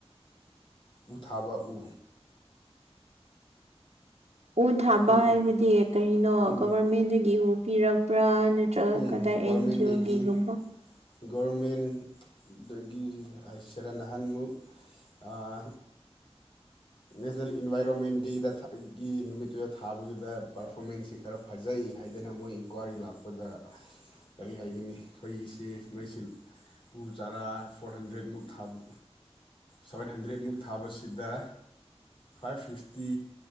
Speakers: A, on the left (about 50°); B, on the right (about 85°).
A: ꯎ ꯊꯥꯕ ꯎ
B: ꯎ ꯊꯥꯕ
A: ꯈꯨꯟ
B: ꯍꯥꯏꯕꯗꯤ ꯀꯔꯤꯅꯣ
A: ꯎ
B: ꯒꯣꯕꯔꯃꯦꯟꯗꯒꯤ ꯎ ꯄꯤꯔꯛꯄ꯭ꯔꯥ ꯅꯠ ꯇ꯭ꯔ
A: ꯎꯝ
B: ꯀꯗꯥꯏ
A: ꯒꯣꯔꯃꯦꯟꯗꯒꯤ
B: ꯑꯦꯟꯖꯤꯌꯣ ꯒꯤꯒꯨꯝꯕ
A: ꯒꯣꯔꯃꯦꯟꯗꯒꯤ ꯑꯥꯏꯁꯦꯔ ꯅꯍꯥꯟꯃꯨꯛ ꯑꯥ ꯅꯦꯖꯜ ꯏꯟꯚꯥꯏꯔꯣꯃꯦꯟ ꯗꯦꯗ ꯊꯥ ꯒꯤ ꯅꯨꯃꯤꯠꯇꯨꯗ ꯊꯥꯕꯗꯨꯗ ꯄꯔꯐꯣꯔꯃꯦꯟꯁꯤ ꯈꯔꯞ ꯐꯖꯩ ꯍꯥꯏꯗꯅ ꯃꯣꯏ ꯏꯟꯀ꯭ꯋꯥꯔꯤ ꯂꯥꯛꯄꯗ ꯀꯔꯤ ꯍꯥꯏꯒꯅꯤ ꯈꯣꯏꯒꯤꯁꯤ ꯅꯣꯏꯁꯤꯜ ꯎ ꯆꯥꯔꯥ ꯐꯣꯔ ꯍꯟꯗ꯭ꯔꯦꯠꯃꯨꯛ ꯊꯥꯕ ꯁꯚꯦꯟ ꯍꯟꯗ꯭ꯔꯦꯠꯃꯨꯛ ꯊꯥꯕꯁꯤꯗ ꯐꯥꯏꯚ ꯐꯤꯐꯇꯤ